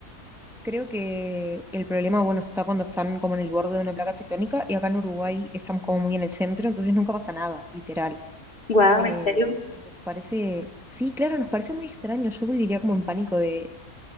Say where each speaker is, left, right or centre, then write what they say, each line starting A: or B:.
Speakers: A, in the centre; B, on the left (about 35°).
A: creo que el problema, bueno, está cuando están como en el borde de una placa tectónica y acá en Uruguay estamos como muy en el centro, entonces nunca pasa nada, literal.
B: Guau,
A: Eh,
B: ¿en serio?
A: y nos parece, sí, claro, nos parece muy extraño. Yo viviría como en pánico de,